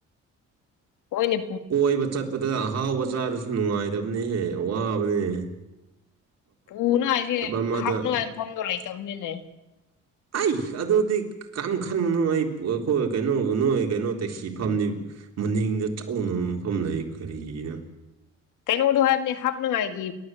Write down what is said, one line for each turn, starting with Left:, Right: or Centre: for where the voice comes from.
Left: ꯍꯣꯏꯅꯤ
Right: ꯀꯣꯏꯕ ꯆꯠꯄꯗ ꯑꯍꯥꯎꯕ ꯆꯥꯕꯁꯨ ꯅꯨꯡꯉꯥꯏꯗꯕꯅꯤꯍꯦ ꯋꯥꯕꯅꯤ
Left: ꯄꯨꯅꯉꯥꯏꯁꯦ
Right: ꯑꯃꯗ
Left: ꯍꯥꯞꯅꯉꯥꯏ ꯃꯐꯝꯗꯣ ꯂꯩꯇꯕꯅꯤꯅꯦ
Right: ꯑꯩ ꯑꯗꯨꯗꯤ ꯀꯔꯝ ꯈꯟꯒꯅꯨ ꯑꯩ ꯑꯩꯈꯣꯏ ꯀꯩꯅꯣ ꯅꯣꯏ ꯀꯩꯅꯣ ꯇꯦꯛ ꯁꯤꯐꯝꯗꯤ ꯃꯅꯤꯡꯗ ꯆꯥꯎꯅꯕ ꯃꯐꯝ ꯂꯩ ꯀꯔꯤꯅ
Left: ꯀꯩꯅꯣꯗꯣ ꯍꯥꯏꯕꯅꯤ ꯍꯥꯞꯅꯉꯥꯏꯒꯤ